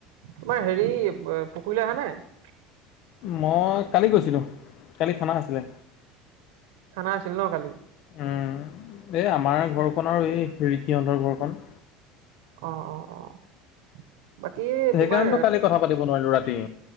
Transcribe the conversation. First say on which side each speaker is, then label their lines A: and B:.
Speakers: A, on the right; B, on the left.
A: তোমাৰ হেৰি পুখুৰলা হা <unintelligible>
B: মই কালি গৈছিলোঁ। কালি খানা আছিলে।
A: খানা আছিল ন কালি
B: এই, আমাৰ ঘৰখন আৰু এই হিৰিকিহঁতৰ ঘৰখন
A: অ', অ, অ, বাকী
B: সেইকাৰণটো
A: তোমাৰ
B: কি কথা পাতি নোৱাৰিলো ৰাতি